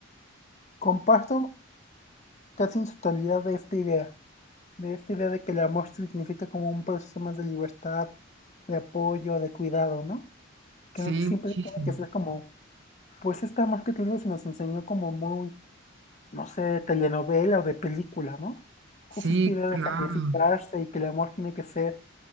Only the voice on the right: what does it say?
Sí,
muchísimo.
Sí,
claro.